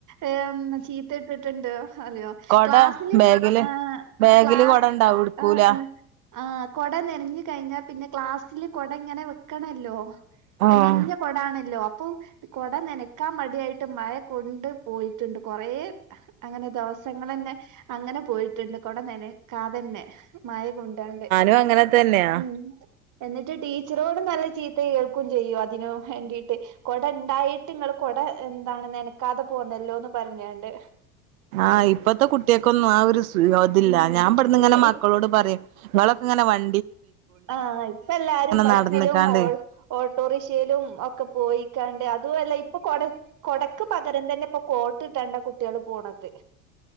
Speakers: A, on the right; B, on the right.
A: ഏഹ് ചീത്തകി ട്ട്ണ്ട് അറിയോ
B: കൊട
A: ക്ലാസില്
B: ബാഗില്
A: ഏഹ്
B: ബാഗില്
A: ക്ലാ
B: കൊട ഇണ്ടാവും ഇട്ക്കൂല
A: ഏഹ് ഏഹ് ആഹ് കൊട നൻഞ് കഴിഞ്ഞാ പിന്നെ ക്ലാസ്സില് കൊടങ്ങനെ വെക്കണല്ലോ
B: ആഹ്
A: എ നൻഞ കൊടാണല്ലോ അപ്പം കൊട നനക്കാൻ മടിയായിട്ട് മഴ കൊണ്ട് പോയിട്ട്ണ്ട് കൊറേ അങ്ങനെ ദോവസങ്ങളെന്നെ അങ്ങനെ പോയി ട്ട്ണ്ട് കൊടനനക്കാതെന്നെ മയ കൊണ്ടാണ്ട്
B: പ്പ
A: എന്നി
B: അങ്ങനെ തന്നെയാ
A: ഉം എന്നിട്ട് ടീച്ചറോടും നല്ല ചീത്ത കേൾക്കും ചെയ്യും അതിനു വേണ്ടീട്ട് കൊടണ്ടായിട്ട് ഇങ്ങള് കൊട എന്താണ് നനക്കാതെ പോന്നല്ലോന്ന് പറഞാണ്ട്
B: ആഹ് ഇപ്പത്തെ കുട്ട്യാക്കൊന്നും ആ ഒരു സ് ഇതില്ല
A: ഉം
B: ഞാൻ ഇവട്ന്ന്
A: ഇല്ല
B: ഇങ്ങനെ മക്കളോട് പറിം ഇങ്ങളൊക്കെ ഇങ്ങനെ വൺ
A: ആഹ് ഇപ്പ എല്ലാരും ബസ്സിലും
B: നടന്നിക്കാണ്ട്
A: ഓ ഓട്ടോറിക്ഷയിലും ഒക്കെ പോയിക്കാണ്ട് അത് അതുല്ല ഇപ്പൊ കൊട കൊടക്ക് പകരം തന്നെ ഇപ്പൊ കോട്ട് ഇട്ടാണ്ടാ കുട്ട്യാള് പോണത്